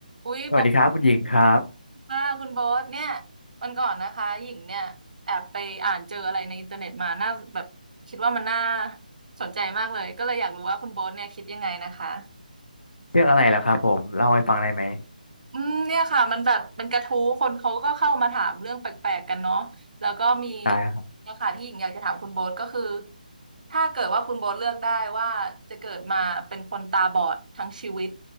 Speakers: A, on the right (about 60°); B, on the left (about 75°).
A: อุ้ยบอส
B: สวัสดีครับคุณหญิงครับ
A: ค่ะคุณบอสเนี่ยวันก่อนนะคะหญิงเนี่ยแอบไปอ่านเจออะไรในอินเทอร์เน็ตมาน่าแบบคิดว่ามันน่าสนใจมากเลยก็เลยอยากรู้ว่าคุณบอสเนี่ยคิดยังไงนะคะ
B: เรื่องอะไรล่ะครับผมเล่าให้ฟังได้ไหม
A: อืมเนี่ยค่ะมันแบบเป็นกระทู้คนเขาก็เข้ามาถามเรื่องแปลกๆกันเนาะแล้วก็มี
B: ได้ครับ
A: เนี่ยค่ะที่หญิงอยากจะถามคุณโบ๊ทก็คือถ้าเกิดว่าคุณโบ๊ทเลือกได้ว่าจะเกิดมาเป็นคนตาบอดทั้งชีวิต